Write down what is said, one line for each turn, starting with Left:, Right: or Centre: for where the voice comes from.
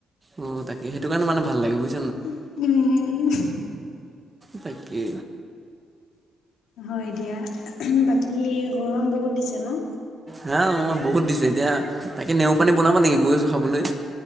Right: অ তাকে সেইটো কাৰণে মানে ভাল লাগে বুজি
Left: উম
Right: তাকে।
Left: হয় দিয়া বাকী গৰম বহুত দিছে ন?
Right: হা অ, বহুত দিছে এতিয়া তাকে নেমু পানী বনাব নেকি গৈ আছোঁ খাবলৈ?